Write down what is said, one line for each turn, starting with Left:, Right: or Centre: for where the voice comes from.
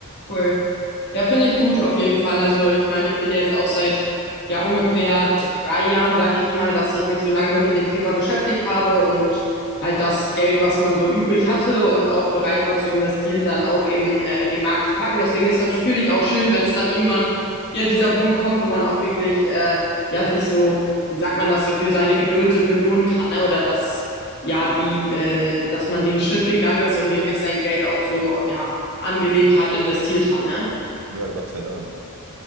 Left: cool. Ja, finde ich gut auf jeden Fall. Also ich meine, ich bin ja jetzt auch seit ja ungefähr drei Jahren, sag ich mal, dass ich mich so langsam mit dem Thema beschäftigt habe und halt das Geld, was man so übrig hatte und auch bereit war zu investieren, dann auch eben äh, in den Markt zu packen. Deswegen ist natürlich auch schön, wenn es dann irgendwann ja dieser Punkt kommt, wo man auch wirklich äh, ja sich so, wie sagt man das, so für seine Geduld so belohnen kann, ne? Oder das ja, die, äh, dass man den Schritt gegangen ist und wirklich sein Geld auch so, ja, angelegt hat, investiert hat, ne?
Right: Ja, Gott sei Dank.